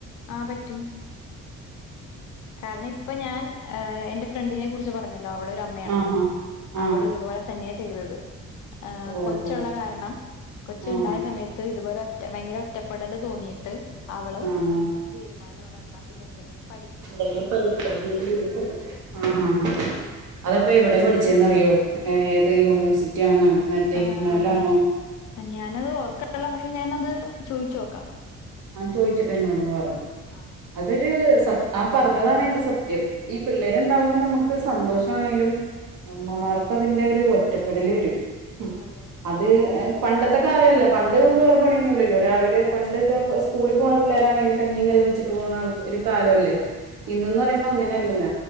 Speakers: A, on the left; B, on the right.
A: ആഹ് പറ്റും കാരണം ഇ ഇപ്പൊ ഞാൻ ആഹ് എന്റെ ഫ്രണ്ടിനെ കുറിച്ച് പറഞ്ഞത് അവളൊരു അമ്മയാണെന്ന്
B: ആഹ് ആഹ്
A: അവൾ ഇതുപോലെ തന്നെ ചെയ്തത് ആ
B: ആഹ്
A: കൊച്ചുള്ള
B: ഓഹോ
A: കാരണം കൊച്ച്
B: ആഹ്
A: ഇണ്ടായ സമയത്ത് ഇതുപോലെ ഭയങ്കര ഒറ്റപ്പെടല് തോന്നിയിട്ട് അവള്
B: ആഹ് ആഹ്
A: തീരുമാനി ഇന്നോട് എന്നാ പിന്നെ എന്തെങ്കിലും പഠി
B: എന്തെങ്കിലും പഠിക്കാം വീട്ടിലിരിന്ന് പഠിക്കാം ആ ഹ ഹ അതപ്പെ എവിടെ പഠിച്ചേന്ന്അറിയോ ഏഹ് ഏത് യൂണിവേഴ്സിറ്റി ആണന്നാണ്? മറ്റേ
A: ആഹ്
B: <unintelligible>
A: ഞാനത് ഓർക്കണില്ല പക്ഷെ ഞാനത് ചോയിച്ച് നോക്കാം.
B: ആ ചോദിച്ചിട്ട് എന്നോട് ഒന്ന്‌ പറ.
A: ആഹ്
B: അതൊര് സത് ആ പറഞ്ഞതാണ് അതിന്റെ സത്യം. ഈ പിള്ളേരിണ്ടാവുമ്പ നമുക്ക് സന്തോഷാണെങ്കിലും അമ്മമാർക്ക് അതിന്റെ ഒരു ഒറ്റപ്പെടല് വരും. ഉം
A: അതെ
B: അത് എ പണ്ടത്തെ കാലല്ല പണ്ട് നമുക്ക് വേറെ പണിയൊന്നുമില്ലല്ലോ രാവിലെ പണ്ടൊക്കെ സ്കൂളിൽ പോണ പിള്ളേരാണെങ്കിലും കഞ്ഞീം കറീം വെച്ചിട്ട് പോണാൾ ഒരു കാലവല്ലേ ഇന്നന്ന്
A: ആഹ്
B: പറയുമ്പ അങ്ങനെ ണ്ടല്ല